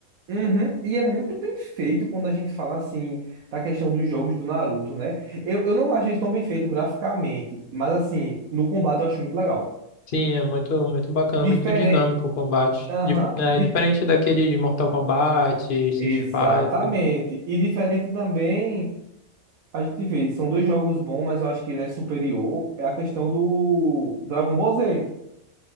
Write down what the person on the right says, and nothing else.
e, uhum, e é muito bem feito quando a gente fala assim da questão dos jogos do Naruto, né? Eu, eu não acho ele tão bem feito graficamente, mas assim, no combate eu acho muito legal.
Diferente.
Aham.
Exatamente.
E diferente também, a gente vê, são dois jogos bons, mas eu acho que ele é superior, é a questão do Dragon Ball Z.